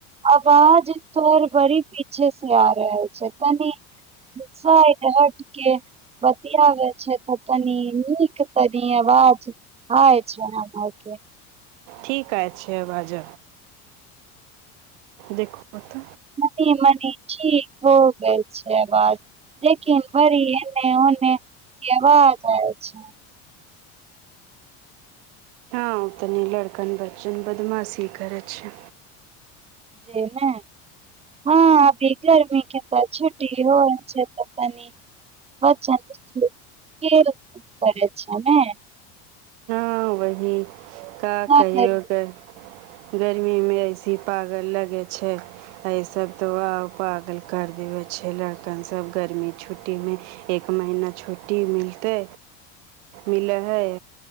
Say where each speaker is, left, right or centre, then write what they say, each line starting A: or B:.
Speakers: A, on the right; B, on the right.
A: अबाज <inaudible> तोहर बड़ी पीछे से आ रहल छै तनी साइड हटके बतियाबे छै तऽ तनि नीक तनी अवाज आय छै अहाँकेँ
B: ठीक आबै छै बाज देखू तनी
A: मनी मनी ठीक हो गेल छै अवाज लेकिन बड़ी एने ओने केँ अवाज आवैत छै
B: हो तनी लड़कन बच्चन बदमाशी करैत छै
A: जे नै हँ अभी गरमीकेँ तऽ छुट्टी होइल छै तऽ तनि बच्चन बुच्ची खेल करैत छै नै
B: हँ बहीन का
A: ना
B: कहियो गै गर्मीमे ऐसही पागल लगैत छै आ इ सब तऽ आओर पागल कर देबय छै लड़कन सब गर्मी छुट्टीमे एक महीना छुट्टी मिलतै मिलै हइ